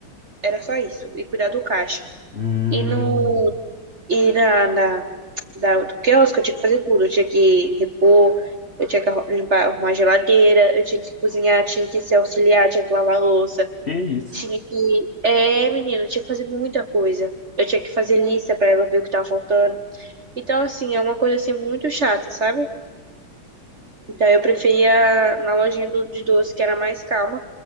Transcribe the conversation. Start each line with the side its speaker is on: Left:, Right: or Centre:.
Right: Era só isso, e cuidar do caixa.
Left: Hum.
Right: E no e na, na da, do quiosque eu tinha que fazer tudo, eu tinha que repor, eu tinha que arru- limpar, arrumar a geladeira, eu tinha que cozinhar, tinha que se auxiliar, tinha que lavar a louça,
Left: Que isso?
Right: tinha que. É, menino, eu tinha que fazer muita coisa. Eu tinha que fazer lista pra ela ver o que tava faltando. Então, assim, é uma coisa assim muito chata, sabe? Então eu preferia na lojinha do- de doce, que era mais calma,